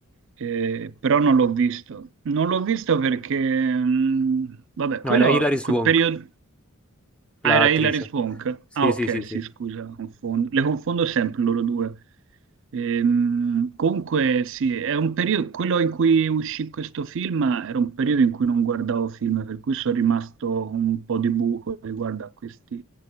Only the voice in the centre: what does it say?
no
era Hilary Swank.
l'attrice.
Sì,
sì, sì, sì.